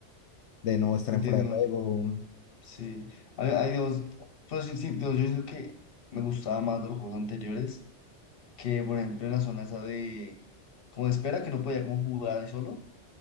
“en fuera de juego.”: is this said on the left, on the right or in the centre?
Left